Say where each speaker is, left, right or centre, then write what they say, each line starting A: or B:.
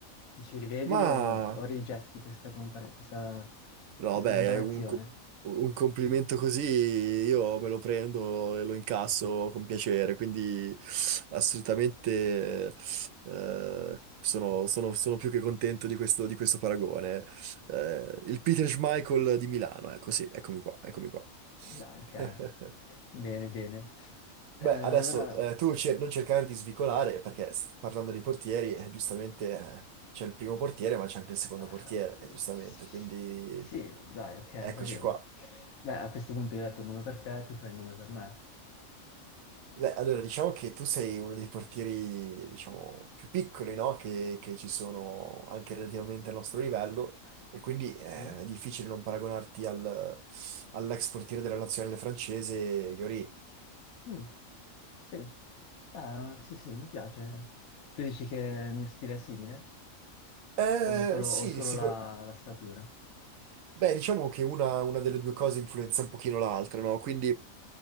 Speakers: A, on the left; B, on the right.
A: Ti ci rivedi
B: Ma...
A: o, o rigetti questa, compar- questa-
B: No,
A: questa
B: beh,
A: comparazione?
B: è un, co- un complimento così io me lo prendo e lo incasso con piacere, quindi assolutamente eh, sono, sono- sono più che contento di questo, di questo paragone. Eh, il Peter Schmeichel di Milano, ecco sì, eccomi qua, eccomi qua.
A: Dai, ok.
B: <laughs>
A: Bene, bene. Eh,
B: Beh,
A: allora,
B: adesso eh, tu cer- non cercare di svicolare, perché s- parlando di portieri, eh, giustamente eh, c'è il primo portiere, ma c'è anche il secondo
A: eh,
B: portiere, eh, giustamente,
A: sì,
B: quindi
A: dai, ok,
B: eccoci
A: va bene.
B: qua.
A: Beh, a questo punto io ho detto il nome per te, tu fai il nome per me.
B: Beh, allora diciamo che tu sei uno dei portieri, diciamo, più piccoli, no? Che, che ci sono anche relativamente al nostro livello e quindi eh,
A: Sì?
B: è difficile non paragonarti al- all'ex portiere della nazionale francese, Lloris.
A: Mm, sì. Beh, sì, sì, mi piace. Tu dici che il mio stile è simile?
B: Eh,
A: O solo,
B: eh, sì,
A: o solo
B: sicur-
A: la la statura?
B: Beh, diciamo che una, una delle due cose influenza un pochino l'altra, no? Quindi